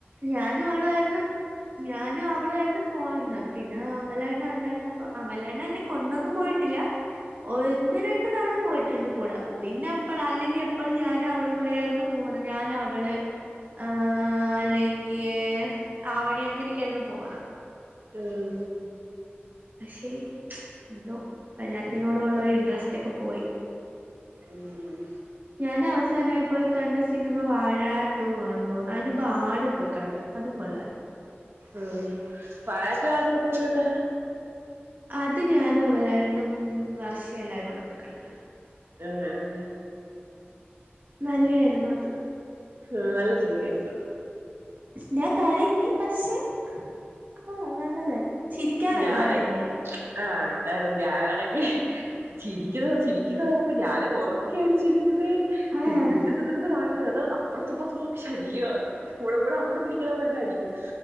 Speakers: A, on the right; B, on the right.
A: ഞാനും അവളു ആയ്ര്ന്നു ഞാനും അവളു ആയ്ര്ന്നു പോവാഞ്ഞ പിന്നെ അമലേട്ട്നെ കണ്ടണ്ടപ്പം അമലേട്ട്നെന്നെ കൊണ്ടൊന്നും പോയിട്ടില്ല ഒന്ന് രണ്ട് തവണ പോയിട്ട്ണ്ട് കൂടെ പിന്നപ്പള് അല്ലെങ്കി എപ്പളും ഞാനും അവളും കൂടേര്ന്നു പോണ ഞാന വള് ആഹ് അല്ലെ ങ്ക്യേ ആവണി അങ്ങനെക്കെയാര്ന്നു പോവ്ന്നെ
B: ഊം
A: പക്ഷേ എന്തോ പ്പല്ലാത്തിനോടൊള്ളൊര് ഇൻട്റെസ്റ്റൊക്കെ പോയി
B: ഉം
A: ഞാനവസാനായ് പോയ് കണ്ട സിനിമ വാഴാ ടൂവാണെന്ന് തോന്ന് അയ്നുമ്പ് ആട് പോയ് കണ്ട് അതും കൊള്ളാര്
B: ഉം വാഴാ റ്റു ആര്ടെ കൂടെ ര്‌ടെ
A: അത് ഞാനും അമലേട്ട്നും വർഷിം എല്ലാരൂടെ പോയ്കണ്ട്
B: ആഹ് ആഹ്
A: നല്ലെയായിരുന്നു അത്
B: ആഹ്‌ നല്ല സിനിമേയിരുന്നു
A: ഞാൻ കരഞ്ഞ് പഷേ കൊള്ളാം നല്ലതായ് ചിരിക്കാൻ ഒരുപാട്
B: ഞാന്
A: ഇണ്ട്
B: ആഹ് ഇണ്ടായിരുന്നു ഞാനാണെങ്കി ചിരിക്കിന്ന ചിരിക്കിന്നണക്കെ ഞാന് ഒറക്കയാടി ചിരി <unintelligible>
A: ആഹ്
B: തിയേറ്ററില് ചെന്നിരുന്ന് കാ ച്ചെ അത് അപ്പുറത്തും ഇപ്പുറത്തുള്ളോല്ക്ക് ശല്ല്യാക്കി <unintelligible> അപ്രത്തിരിക്കിന്നവന് എന്നെ അടിക്കും